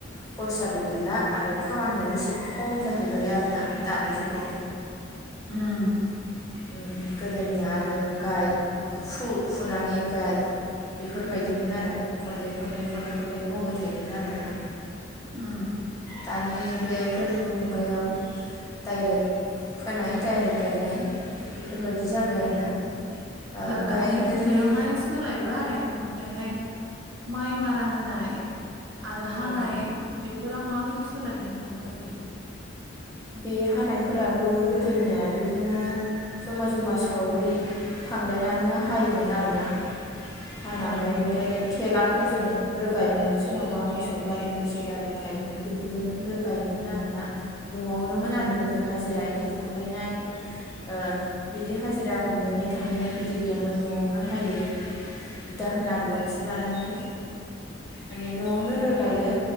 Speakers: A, on the left (about 15°); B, on the right (about 80°).
A: खरसाबो गैला आरो खामानियाबो एसे खम जाहै बाय आरोना दानि जुगाव
B: ओम
A: उ गोदोनिया आरो गाय फु- फुनानै गाय बेफोरबायदिमोन आरो खनले खनले खनले खनले मावबाय थायोमोन आरोना
B: ओम
A: दानि बे गोनोखो मुगायाव डाइरेक्ट फोनाय डाइरेक्ट गायनाय बेफोरबायदि जाबाय आरोना ओमफ्राय
B: ओ गायनाय
A: गोदोनि
B: फुनायावहाय सोलायबाय ओमफ्रायहाय माइ मारा होनाय आरो हानाय
A: औ
B: बे फोराव माबायदि सोलायनाय नुदों बाजै
A: बे हानायफोराबो गोदोनिया बिदिनो जमा जमा सावरि थांलायनानैनो हायोमोन आरोना हानानै
B: ओं
A: ओमफ्राय थेला फोरजों रोगायोमोन सोरनावबा मोसौ गारि मैसो गारि थायोमोन बेफोरजों रोगायोमोन आरोना न'आवनोमोन
B: उम
A: आरो गोदो हाजिरा इदि थांलायनाय ओ बिदि हाजिरा हमलायनाय थांलायनाय बिदि गैयामोन न'आवनो हायो दाहोना रुवा थि लानानै मा ने न'आवनो रोगायो
B: ओं